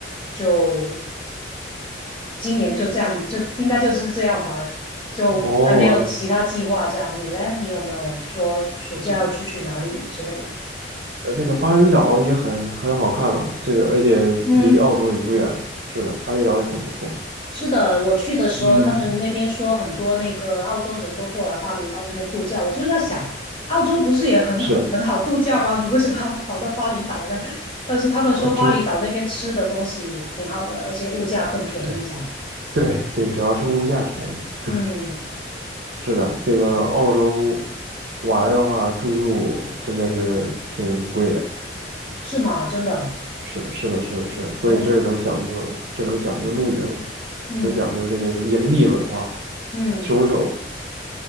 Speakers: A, on the left; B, on the right.
A: 就今年就这样，就应该就是这样吧，就还没有其他计划这样。
B: 哦，
A: 你嘞，你有没有说暑假要出去哪里之类的？
B: 这个呃这个巴厘岛也很很好看了，这个而且离澳洲也不远。
A: 嗯
B: 是的，巴厘岛也很不错。
A: 是的，我去的时候，
B: 嗯，
A: 他们那边说很多那个澳洲人都过来巴厘岛这边度假，我就是在想，澳洲不是也很很好度假吗？
B: 是的，
A: 你为什么要跑到巴厘岛呢？但是他们说巴厘岛那边吃的东西挺好的，
B: 啊，主
A: 而且物价更便宜，
B: 对
A: 这样。
B: 对对，主要是物价便宜。<laughs>
A: 嗯，
B: 是的，这个澳洲玩儿的话，住宿真的是挺贵的。
A: 是吗？真的。
B: 是是的，是的，是的所以这儿都讲究，
A: 哦，
B: 这儿都讲究露营，
A: 嗯
B: 都讲究这个营地文化。
A: 嗯，
B: 穷游，